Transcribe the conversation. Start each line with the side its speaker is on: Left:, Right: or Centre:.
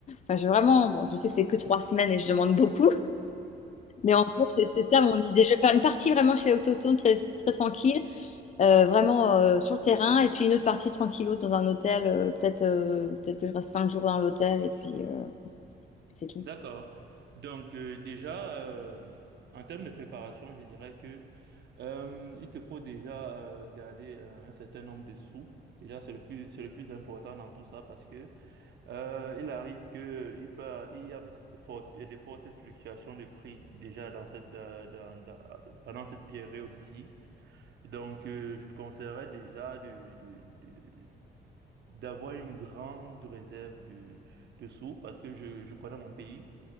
Left: Enfin, je vraiment, bon, je sais que c'est que trois semaines et je demande beaucoup, <laughs> mais en gros, c'est c'est ça mon idée. Je vais faire une partie vraiment chez Autochtone, très, très tranquille, euh, vraiment euh, sur le terrain, et puis une autre partie tranquille dans un hôtel. euh, peut-être euh, peut-être que je reste cinq jours dans l'hôtel, et puis euh, c'est tout.
Right: D'accord. Donc euh, déjà, euh, en termes de préparation, je dirais que euh, il te faut déjà euh, garder euh, un certain nombre de sous. Déjà, c'est le plus, c'est le plus important dans tout ça parce que euh, il arrive que il peut, il y a fort- il y a des fortes fluctuations de prix déjà dans cette, dans- dans- dans- pendant cette période ici. Donc, euh, je te conseillerais déjà de, de- de- d'avoir une grande réserve de, de sous parce que je, je connais mon pays